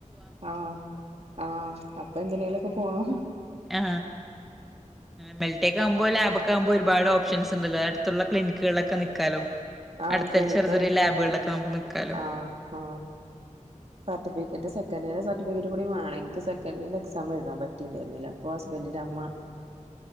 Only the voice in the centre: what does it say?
ആ മെൽറ്റക്കാവുമ്പോ ലാബക്കാവുമ്പോ ഒരുപാട് ഓ പ്ഷൻസ്ണ്ട്ലേ അടുത്തുള്ള ക്ലിനിക്ക്കൾലൊക്കെ നിക്കാലോ.
അടുത്ത
ചെറിയ ചെറിയ ലാബുകളിലൊക്കെ
നമുക്ക് നിക്കാലോ